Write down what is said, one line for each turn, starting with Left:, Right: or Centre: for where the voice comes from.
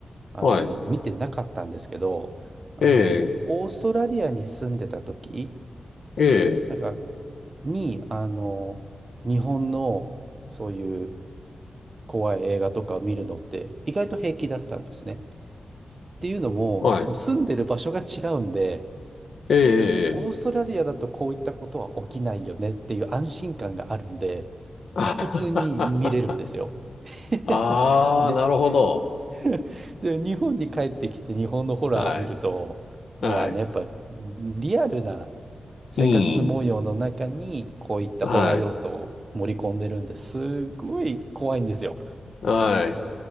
Right: あの、
Left: はい。
Right: 見てなかったんですけど、あの、
Left: ええ、
Right: オーストラリアに住んでた時、
Left: ええ、
Right: なんか、に、あの、日本の、そういう怖い映画とかを見るのって意外と平気だったんですね。っていうのも、
Left: はい。
Right: その住んでる場所が違うんで、
Left: ええ、
Right: オーストラリアだとこういったことは起きないよねっていう安心感があるんで、
Left: ええ。あはは
Right: 普通に見れるんですよ。<laughs>
Left: はあー、
Right: で、
Left: なるほど。
Right: <laughs> で、日本に帰ってきて日本のホラーを見ると、
Left: はい。
Right: もうあのやっぱリアルな
Left: はい。
Right: 生活模様の中にこういったホラー要素を盛り込んでるんですごい怖いんですよ。
Left: うん。はい。はい。